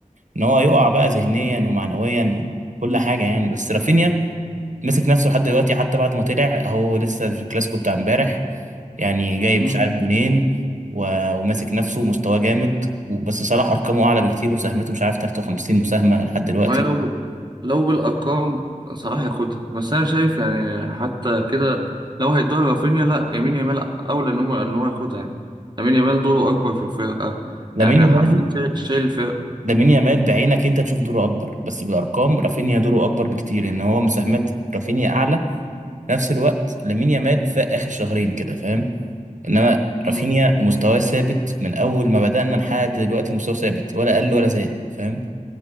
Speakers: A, on the right; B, on the right.
A: ان هو يقع بقى ذهنيا ومعنويا وكل
B: مم.
A: حاجه يعني بس رافينيا مسك نفسه لحد دلوقتي حتى بعد ما طلع هو لسه في الكلاسيكو بتاع امبارح يعني جايب
B: مم.
A: مش عارف جونين و- وماسك نفسه ومستواه جامد وبس صلاح ارقامه اعلى بكتير مساهمته مش عارف 53 مساهمه لحد دلوقتي
B: ما لو ب... لو بالأرقام صلاح هياخدها بس أنا شايف يعني حتى كده لو هيدوها لرافينيا لا يمين يامال أولى إن هو إن هو ياخدها يعني يمين يامال دوره أكبر في الفرقة
A: لامين
B: يعني
A: يامال
B: حرفيا شايل شايل الفرقة
A: لامين يامال بعينك انت تشوف دوره اكبر بس بالارقام رافينيا دوره اكبر بكتير ان هو مساهمات رافينيا اعلى في نفس الوقت لامين يامال في اخر شهرين كده فاهم انما
B: مم.
A: رافينيا مستواه ثابت من اول ما بدأنا لحد دلوقتي مستواه ثابت ولا قل ولا زاد فاهم